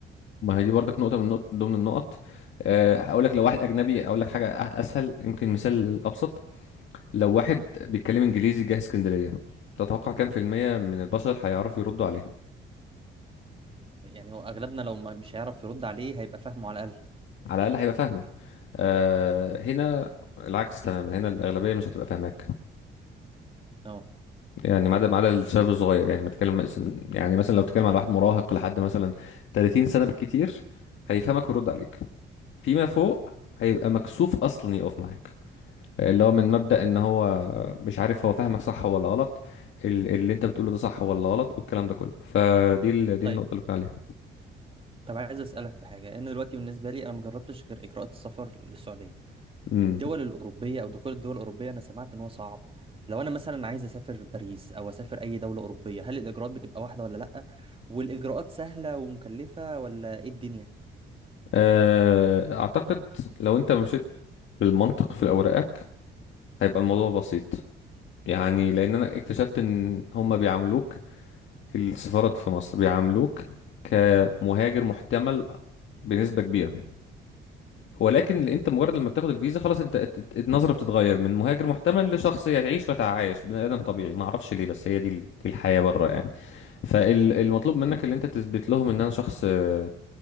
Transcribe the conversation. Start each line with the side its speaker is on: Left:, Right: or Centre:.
Left: ما هي دي برضك نقطة من نقط ضمن النقط آه، هقول لك لو واحد أجنبي أقول لك حاجة أ- أسهل يمكن مثال أبسط لو واحد بيتكلم إنجليزي جه اسكندرية تتوقع كام في المية من البشر هيعرفوا يردوا عليه
Right: يعني هو اغلبنا لو ما مش هيعرف يرد عليه هيبقى فاهمه على الاقل
Left: على الأقل هيبقى فاهمه آه، هنا العكس تماما هنا الأغلبية مش هتبقى فاهماك
Right: اه
Left: يعني ما عدا ما عدا الشباب الصغير يعني ما تتكلم مس- يعني مثلا لو بتتكلم على واحد مراهق لحد مثلا 30 سنة بالكتير هيفهمك ويرد عليك فيما فوق هيبقى مكسوف أصلا يقف معاك اللي هو من مبدأ ان هو مش عارف هو فاهمك صح ولا غلط ال- اللي انت بتقوله ده صح ولا غلط والكلام ده كله فدي ال- دي
Right: طيب
Left: النقطة اللي كنا عليها
Right: طب عايز اسالك في حاجه انا دلوقتي بالنسبه لي انا ما جربتش غير اجراءات السفر للسعوديه
Left: امم
Right: الدول الاوروبيه او دخول الدول الاوروبيه انا سمعت ان هو صعب لو انا مثلا عايز اسافر باريس او اسافر اي دوله اوروبيه هل الاجراءات بتبقى واحده ولا لا والاجراءات سهله ومكلفه ولا ايه الدنيا
Left: آه، اعتقد لو انت مشيت بالمنطق في اوراقك هيبقى الموضوع بسيط يعني لان انا اكتشفت ان هم بيعاملوك السفارات في مصر بيعاملوك كمهاجر محتمل بنسبة كبيرة ولكن انت مجرد لما بتاخد الفيزا خلاص انت ات- ات- النظره بتتغير من مهاجر محتمل لشخص هتعيش وتعايش بني ادم طبيعي ما اعرفش ليه بس هي دي ال- دي الحياه بره يعني فالمطلوب منك اللي انت تثبت لهم ان انا شخص آه،